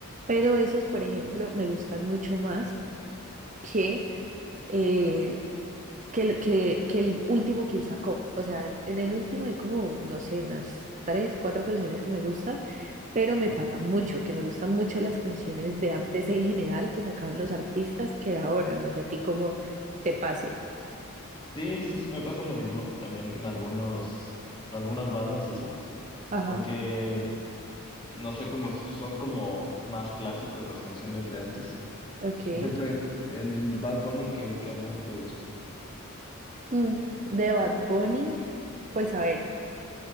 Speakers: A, on the right (about 35°); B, on the left (about 20°).
A: Pero esos, por ejemplo, me gustan mucho más que, eh, que el, que, que el último que él sacó. O sea, en, en el último hay como, no sé, unas tres, cuatro canciones que me gustan, pero me
B: Sí.
A: pasa mucho, que me gustan mucho las canciones de antes en general que sacaban los artistas que de ahora, no sé, a ti cómo te pase.
B: Sí, sí, sí, me pasa lo mismo también con algunos, con algunas bandas y así.
A: Ajá.
B: Como que, no sé, cómo son como más clásicos las canciones de antes.
A: Ok.
B: Por ejemplo, en, en Bad Bunny, ¿qué, qué álbum te gusta?
A: Mm, De Bad Bunny, pues a ver,